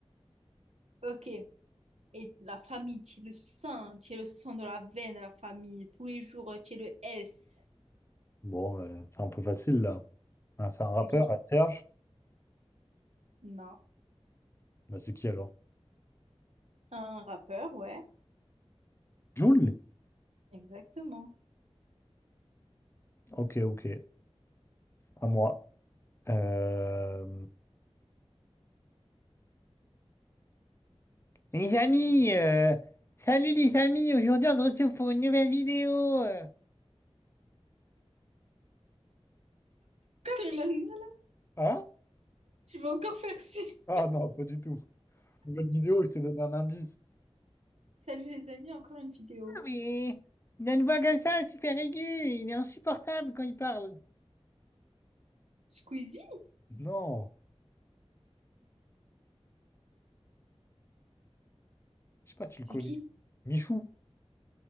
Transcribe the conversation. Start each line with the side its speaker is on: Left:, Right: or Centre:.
Right: Ok. Et la famille, tu es le sang, tu es le sang de la veine de la famille. Tous les jours, tu es le S.
Left: Bon, euh, c'est un peu facile là. Ah, c'est un rappeur,
Right: C'est qui?
Left: ah, Serge.
Right: Non.
Left: Bah c'est qui alors?
Right: Un rappeur, ouais.
Left: Jul?
Right: Exactement.
Left: Ok, ok. À moi. Euh, Les amis, euh, salut les amis, aujourd'hui on se retrouve pour une nouvelle vidéo. euh.
Right: Cyril Hanouna, là,
Left: Hein?
Right: Tu vas encore faire ci.
Left: Ah non, pas du tout. Nouvelle vidéo, je t'ai donné un indice.
Right: Salut les amis, encore une vidéo.
Left: mais il a une voix comme ça, super aiguë, et il est insupportable quand il parle.
Right: Squeezie?
Left: Non, je sais pas si tu le
Right: C'est
Left: connais.
Right: qui?
Left: Michou.